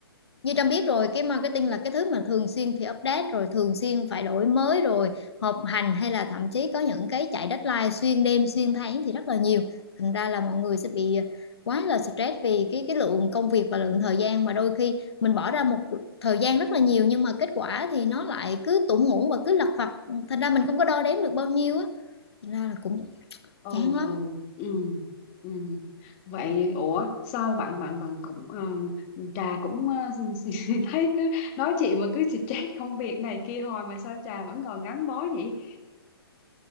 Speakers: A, on the left; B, on the left.
A: như Trâm biết rồi cái marketing là cái thứ mà thường xuyên phải update rồi thường xuyên phải đổi mới rồi họp hành hay là thậm chí có những cái chạy deadline xuyên đêm xuyên tháng thì rất là nhiều thành ra là mọi người sẽ bị quá là stress vì cái cái lượng công việc và lượng thời gian mà đôi khi mình bỏ ra một thời gian rất là nhiều nhưng mà kết quả thì nó lại cứ tủng muỗng và cứ lặt vặt thành ra mình không có đo đếm được bao nhiêu á Thật ra là cũng
B: ừ
A: chán lắm
B: ừ ừ ừ vậy ủa sao bạn bạn bạn cũng ờ, trà cũng ờ, <laughs> thấy cứ nói chuyện mà cứ stress công việc này kia hồi mà sao trà vẫn còn gắn bó vậy